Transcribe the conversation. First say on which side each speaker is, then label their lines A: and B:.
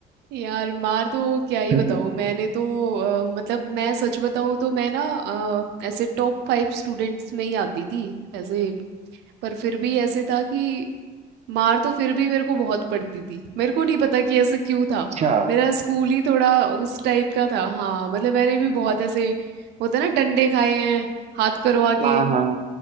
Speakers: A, on the right; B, on the right.
A: यार मार तो क्या ही
B: <laughs>
A: बताऊँ मैंने तो अ, मतलब मैं सच बताऊँ तो मैं ना अ, ऐसे टॉप फाइव स्टूडेंट्स में ही आती थी ऐसे पर फिर भी ऐसे था कि मार तो फिर भी मेरे को बहुत पड़ती थी मेरे को नहीं पता कि ऐसे क्यों था
B: अच्छा
A: मेरा स्कूल ही थोड़ा उस टाइप का था हाँ मतलब मैंने भी बहुत
B: हाँ
A: ऐसे होता है ना डंडे खाए हैं हाथ करो आगे
B: हाँ